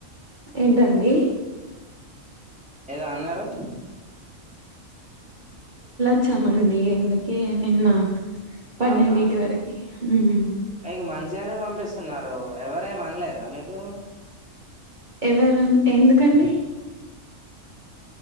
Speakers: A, on the right (about 35°); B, in the centre.
A: ఏంటండి
B: ఏదో అన్నారు
A: వచ్చమండి అందుకే నిన్న పన్నెండింటీ
B: అవునా
A: వరకి ఉమ్
B: మీకు మంచిగానే పంపిస్తున్నారు ఎవరేమనలేదా మీకు
A: ఎవరా ఎందుకండి <inaudible>